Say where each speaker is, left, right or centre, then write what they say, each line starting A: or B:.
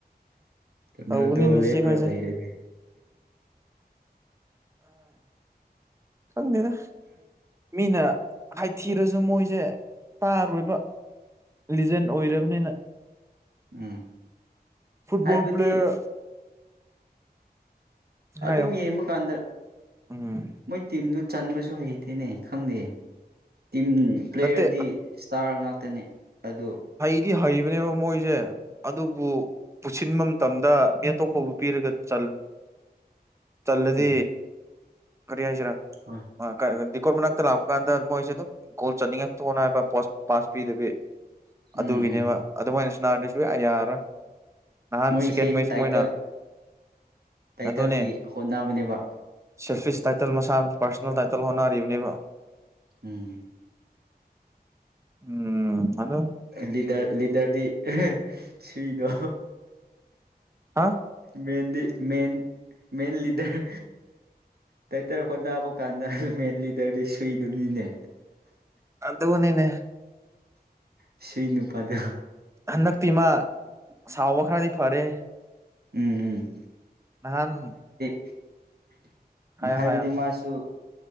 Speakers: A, on the right; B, on the right.
A: ꯀꯗꯔꯗꯣ
B: ꯇꯧꯕꯅꯤꯅꯦ
A: ꯂꯦꯞꯄ꯭ꯔ
B: ꯁꯤꯈꯣꯏꯁꯦ
A: ꯂꯩꯔꯦꯅꯦ
B: ꯈꯪꯗꯦꯗ ꯃꯤꯅ ꯍꯥꯏꯊꯤꯔꯁꯨ ꯑꯗꯨ ꯃꯣꯏꯁꯦ ꯇꯥꯔꯣꯏꯕ ꯂꯤꯖꯦꯟ ꯑꯣꯏꯔꯕꯅꯤꯅ
A: ꯎꯝ
B: ꯐꯨꯠꯕꯣꯜ
A: ꯍꯥꯏꯕꯗꯤ
B: ꯄ꯭ꯂꯦꯌꯔ
A: ꯑꯗꯨꯝ
B: ꯍꯥꯏꯌꯣ
A: ꯌꯦꯡꯕꯀꯥꯟꯗ
B: ꯎꯝ
A: ꯃꯣꯏ ꯇꯤꯝꯗꯨ ꯆꯟꯕꯁꯨ ꯍꯩꯇꯦꯅꯦ ꯈꯪꯗꯦ ꯇꯤꯝ ꯄ꯭ꯂꯦꯌꯔꯗꯤ
B: ꯅꯠꯇꯦ
A: ꯏꯁꯇꯥꯔ ꯉꯥꯛ ꯈꯛꯇꯅꯦ ꯑꯗꯣ
B: ꯒꯤ ꯍꯩꯕꯅꯦꯕ ꯃꯣꯏꯁꯦ ꯑꯗꯨꯕꯨ ꯄꯨꯁꯤꯟꯕ ꯃꯇꯝꯗ ꯃꯤ ꯑꯇꯣꯞꯄꯕꯨ ꯄꯤꯔꯒ ꯆꯜ ꯆꯜꯂꯗꯤ
A: ꯎꯝ
B: ꯀꯔꯤ ꯍꯥꯏꯁꯤꯔ
A: ꯍꯣꯏ
B: ꯑ ꯀ ꯗꯤꯀꯣꯔꯠ ꯃꯅꯥꯛꯇ ꯂꯥꯛꯄ ꯀꯥꯟꯗ ꯃꯣꯏꯁꯦ ꯑꯗꯨꯝ ꯒꯣꯜ ꯆꯟꯅꯤꯡꯉꯛꯇꯣꯅ ꯍꯥꯏꯕ ꯄꯣꯁ ꯄꯥꯁ ꯄꯤꯗꯕꯤ
A: ꯎꯝ
B: ꯑꯗꯨꯒꯤꯅꯦꯕ
A: ꯎꯝ
B: ꯑꯗꯨꯃꯥꯏꯅ ꯁꯥꯅꯔꯗꯤ ꯁꯨꯡꯌꯥ ꯌꯥꯔꯔꯣꯏ ꯅꯍꯥꯟ
A: ꯃꯣꯏꯁꯦ
B: ꯁꯦꯀꯦꯟ ꯃꯦꯆ
A: ꯇꯥꯏꯇꯜ
B: ꯃꯣꯏꯅ
A: ꯇꯥꯏꯇꯜꯒꯤ
B: ꯑꯗꯨꯅꯦ
A: ꯍꯣꯠꯅꯕꯅꯦꯕ
B: ꯁꯐꯤꯁꯇ ꯇꯥꯏꯇꯜ ꯃꯁꯥ ꯄꯥꯔꯁꯣꯅꯦꯜ ꯇꯥꯏꯇꯜ ꯍꯣꯠꯅꯔꯤꯕꯅꯦꯕ
A: ꯎꯝ
B: ꯎꯝ ꯑꯗꯨ
A: ꯂꯤꯗꯔ ꯂꯤꯗꯔꯗꯤ ꯁꯨꯏꯗꯣ
B: ꯍꯥ
A: ꯃꯗꯤ ꯃꯦꯟ ꯃꯦꯟ ꯂꯤꯗꯔ ꯇꯥꯏꯇꯔ ꯍꯣꯠꯅꯕ ꯀꯥꯟꯗ ꯃꯦꯟ ꯂꯤꯗꯔꯗꯤ ꯁꯨꯏꯗꯨꯅꯤꯅꯦ
B: ꯑꯗꯨꯅꯤꯅꯦ
A: ꯁꯨꯏ ꯅꯨꯄꯥꯗꯨ
B: ꯍꯟꯗꯛꯇꯤ ꯃꯥ ꯁꯥꯎꯕ ꯈꯔꯗꯤ ꯐꯔꯦ
A: ꯎꯝ ꯎꯝ
B: ꯅꯍꯥꯟ
A: <unintelligible>
B: ꯍꯥꯏꯌꯣ
A: ꯍꯥꯏꯕꯗꯤ
B: ꯍꯥꯏꯌꯣ
A: ꯃꯥꯁꯨ